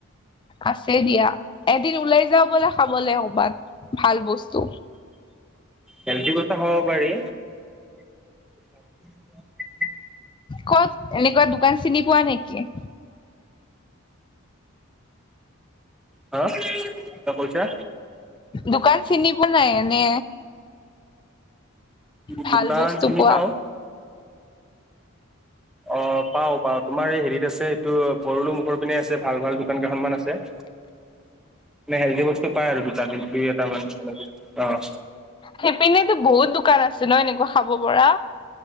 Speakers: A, on the left; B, in the centre.
A: আছে দিয়া এদিন ওলাই যাও ব'লা খাবলে কবাত ভাল বস্তু
B: হেল্ডি কথা খাব পাৰি <unintelligible>
A: কত এনেকুৱা দোকান চিনি পোৱা নেকি?
B: হা কিবা কৈছা
A: দোকান চিনি পোৱা নাই এনে ভাল
B: দোকান
A: বস্তু
B: চিনি
A: পোৱা
B: পাওঁ অ পাও পাও তোমাৰ এই হেৰিত আছে এইটো ভৰলো মুখৰ পিনে আছে ভাল ভাল দোকান কেইখনমান আছে
A: উ
B: মানে হেল্ডি বস্তু পায় আৰু দুটা দ, দুই এটা মান, অহ।
A: সেইপিনেতো বহুত দোকান আছে ন', এনেকুৱা খাব পৰা।